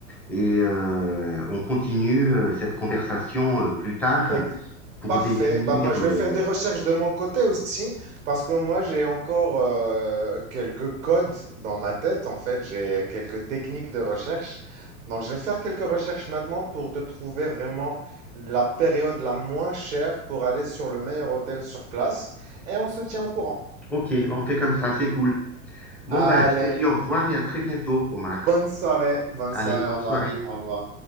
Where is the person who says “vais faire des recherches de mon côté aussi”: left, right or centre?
Right